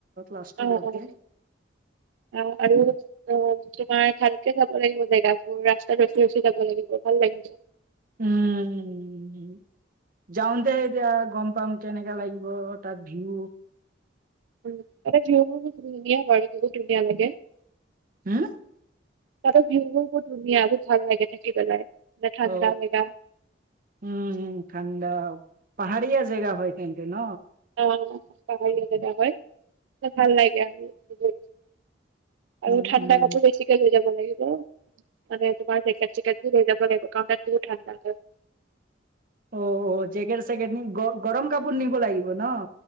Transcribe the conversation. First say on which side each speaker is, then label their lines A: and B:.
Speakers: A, on the right (about 50°); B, on the right (about 80°).
A: লাষ্টৰ
B: অ',
A: লৈকে।
B: অ', অ আৰু অ তোমাৰ ভালকে যাব লাগিব জেগাবোৰ ৰাস্তাত ৰখি ৰখি যাব লাগিব। ভাল লাগিব।
A: উম। যাওঁতে এতিয়া গম পাম কেনেকা লাগিব তাত ভিউ।
B: উম আৰু <unintelligible> ধুনীয়া বাৰু বহুত ধুনীয়া লাগে।
A: হম।
B: <unintelligible> বহুত ধুনীয়া ভাল লাগে থাকি পেলাই মানে ঠাণ্ডা
A: অ
B: জেগা
A: উম ঠাণ্ডা। পাহাৰীয়া জেগা হয় তেন্তে ন।
B: অ পাহৰীয়া জেগা হয় ভাল লাগে। আৰু
A: উম,
B: ঠাণ্ডা
A: উম।
B: কাপোৰ বেছিকে লৈ যাব লাগিব। <unintelligible> তাতে তোমাৰ জেকেট চেকেটবোৰ লৈ যাব লাগিব। কাৰণ তাত বহুত ঠাণ্ডা হয়।
A: অ, অ, জেকেট চেকেট গৰম কাপোৰ নিব লাগিব ন।